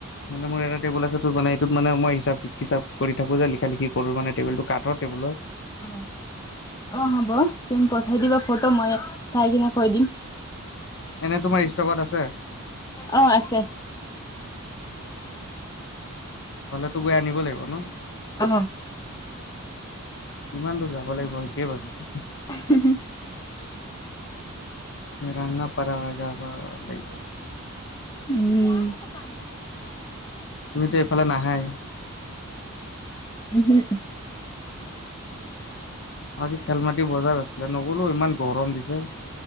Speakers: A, on the left (about 55°); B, on the left (about 15°).
A: মানে মোৰ এটা টেবুল আছেটো, মানে এইটোত মানে মই হিচাপ কিচাপ কৰি থাকো যে লিখা লিখি কৰো মানে টেবুলটো কাঠৰ টেবুল হয়।
B: অ। অ হ'ব, তুম পঠাই দিবা ফটো মই চাই কিনে কৈ দিম।
A: এনে তোমাৰ ষ্টকত আছে?
B: অ আছে।
A: হলেতো গৈ আনিব লাগিব ন?
B: অ।
A: কিমান দূৰ যাব লাগিব সেইটোয়ে ভাবিছো?
B: উ' <inaudible>
A: ৰঙাপাৰা হৈ যাবা লাগিব।
B: উম' <inaudible>
A: তুমিতো এইফালে নাহায়।
B: ওহুম।
A: আজি খেলমাটি বজাৰ আছিলে, নগ'লো ইমান গৰম দিছে।